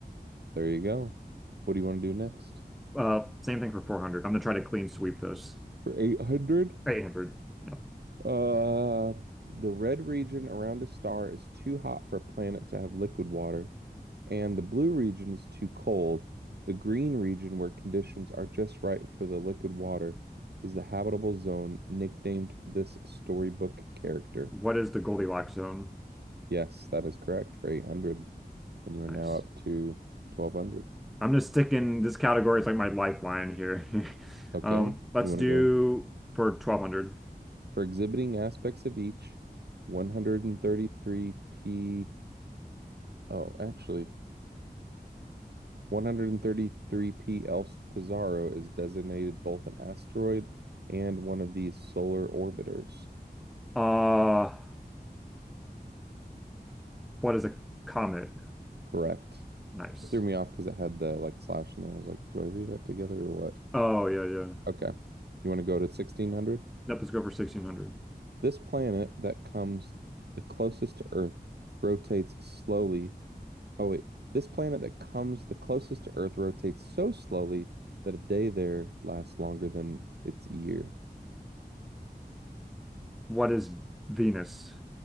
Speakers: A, on the right; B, in the centre.
A: There you go. What do you want to do next?
B: Uh, same thing for 400. I'm gonna try to clean sweep those.
A: For 800?
B: 800. No.
A: Uh, the red region around a star is too hot for a planet to have liquid water, and the blue region is too cold. The green region, where conditions are just right for the liquid water, is the habitable zone nicknamed for this storybook character.
B: What is the Goldilocks zone?
A: Yes, that is correct for 800. And you are
B: Nice.
A: now up to 1200.
B: I'm just sticking this category It's like my lifeline here. <laughs>
A: Okay.
B: Um, let's
A: You want
B: do
A: to go?
B: for 1200.
A: For exhibiting aspects of each, 133p. Oh, actually, 133p Elst Pizarro is designated both an asteroid and one of these solar orbiters.
B: Uh, what is a comet?
A: Correct.
B: Nice.
A: It threw me off because it had the like slash in there. I was like, do I read that together or what?
B: Oh yeah, yeah.
A: Okay. You want to go to 1600?
B: Nope, let's go for 1600.
A: This planet that comes the closest to Earth rotates slowly Oh, wait. This planet that comes the closest to Earth rotates so slowly that a day there lasts longer than its year.
B: What is Venus?